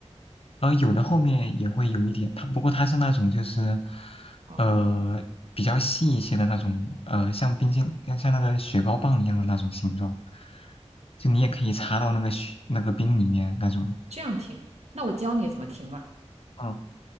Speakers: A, on the left; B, on the right.
A: 呃，有的后面也会有一点，它不过它是那种就是，
B: 哦，
A: 呃，比较细一些的那种，呃，像冰淇像像那个雪糕棒一样的那种形状，就你也可以插到那个雪那个冰里面那种。
B: 这样停。那我教你怎么停吧，
A: 嗯